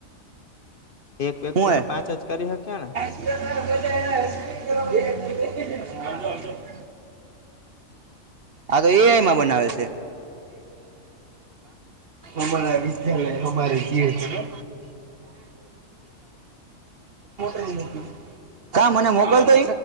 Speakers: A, on the left (about 50°); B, on the right (about 50°).
A: એક વ્યક્તિને
B: હું હે
A: પાંચ જ કરી શકી ને.
B: <unintelligible> આા તો એઆઈમાં બનાવે છે. અમારા વિદ્યાલય અમારે જે છે. <unintelligible> હા મને મોકલતો